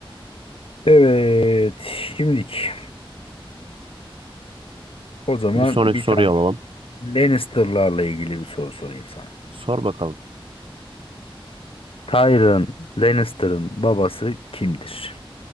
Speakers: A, on the left; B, on the right.
A: Evet, şimdilik o zaman
B: Bir sonraki
A: bir
B: soruyu
A: tane
B: alalım.
A: Lannister'larla ilgili bir soru sorayım sana.
B: Sor bakalım.
A: Tyrion Lannister'ın babası kimdir?